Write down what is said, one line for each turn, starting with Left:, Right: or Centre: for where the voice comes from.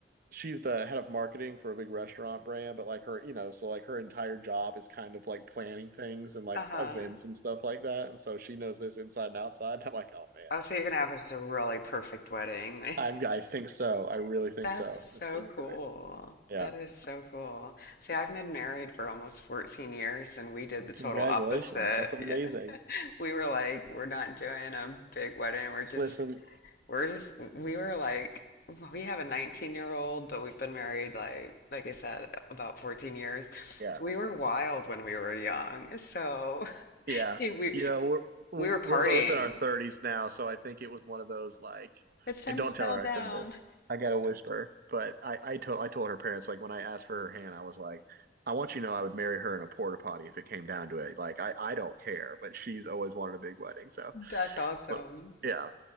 Right: she's the head of marketing for a big restaurant brand, but like her, you know, so like her entire job is kind of like planning things and like
Left: Uh-huh.
Right: events and stuff like that. And so she knows this inside and outside. And I'm like, oh man,
Left: Oh, so you're gonna have just a really perfect wedding.
Right: I, I think so. I really
Left: <laughs>
Right: think
Left: That's
Right: so.
Left: so
Right: It's gonna be
Left: cool.
Right: great. Yeah.
Left: That is so cool. See, I've been married for almost 14 years and we did the total
Right: Congratulations.
Left: opposite.
Right: That's amazing.
Left: Yeah. We were like, we're not doing a big wedding. We're just
Right: Listen,
Left: We're just we were like well, we have a 19 year old, but we've been married like like I said about 14 years.
Right: yeah,
Left: We were wild when we were young, so
Right: yeah.
Left: <laughs> we
Right: You know, we're we're-
Left: we were partying.
Right: we're both in our thirties now, so I think it was one of those like,
Left: It's time
Right: and don't
Left: to settle
Right: tell her
Left: down.
Right: I said this. I gotta whisper, but I I told I told her parents like when I asked for her hand, I was like, I want you to know I would marry her in a porta potty if it came down to it. Like I I don't care, but she's always wanted a big wedding, so
Left: That's awesome.
Right: but, yeah,